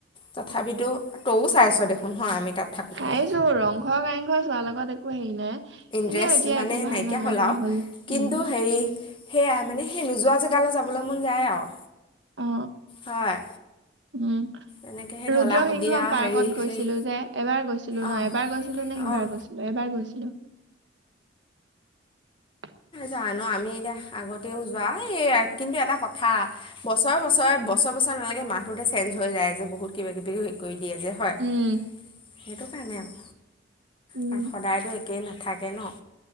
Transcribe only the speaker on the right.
চাইছোঁ ৰং ঘৰ কাৰেং ঘৰ চোৱাৰ লগত একো হেৰি নাই। এনেও
এতিয়া
একো ভাল
নালাগা
হ'ল
উম
অ
উম।
ৰুদ্ৰসিংহ
পাৰ্কত
গৈছিলোঁ
যে এবাৰ গৈছিলোঁ
নহ এবাৰ গৈছিলোঁ নে সিবাৰ
গৈছিলোঁ এবাৰ গৈছিলোঁ। <inaudible> <inaudible>
উম
উম